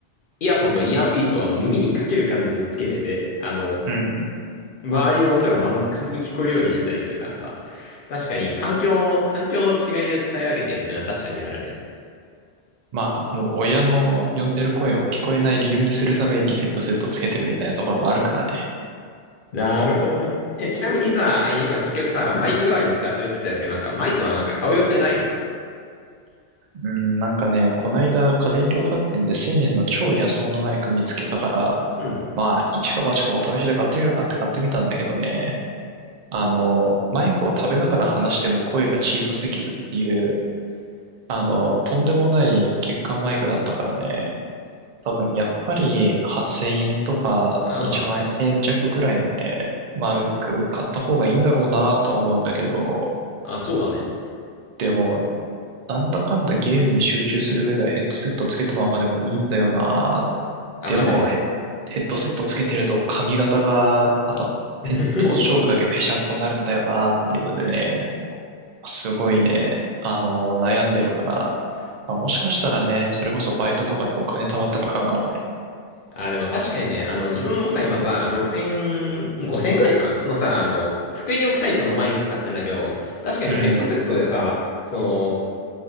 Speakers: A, on the left (about 55°); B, on the right (about 65°).
A: イヤホンのイヤーピースをあの耳にかける感じでつけてて、あの、
B: うん。
A: 周りの音が、まん、完全に聞こえるようにしてたりするからさ。確かに環境、環境の違いで使い分けてるっていうのは確かにあるね。
B: まあ、もう親の呼んでる声を聞こえない理由にするためにヘッドセットつけてるみたいなところもあるからね。
A: なるほどね。え、ちなみにさ、今結局さ、マイク代わりに使ってるって言ってたけど、なんかマイクはなんか買う予定ないの
B: うん、なんかね、こないだ家電量販店で1000円の超安物マイク見つけたから、
A: うん。
B: まあ、一か八かお試しで買ってみるかって買ってみたんだけどね、あの、マイクを食べながら話しても声が小さすぎるっていう、あの、とんでもない欠陥マイクだったからね、多分やっぱり8000円とか1万円弱ぐらいのね、
A: あ、ま
B: マイク買った方がいいんだろうなとは思うんだけど、
A: あ、あ、そうだね。
B: でも、なんだかんだゲームに集中する上ではヘッドセットつけたままでもいいんだよな
A: あ、
B: でもヘッ、
A: まあでも
B: ヘッドセットつけてると髪型が、あた、
A: <laughs>
B: 頭頂部だけぺしゃんこになるんだよなっていうのでね、すごいね、あの、悩んでるから、まあ、もしかしたらね、それこそバイトとかでお金貯まったら買うかもね。
A: あ、でも確かにね、あの、自分もさ、今さ、6000、5000くらいかなのさ、あの、机に置くタイプのマイク使ってんだけど、確かにヘッドセットでさ、
B: うん。
A: その、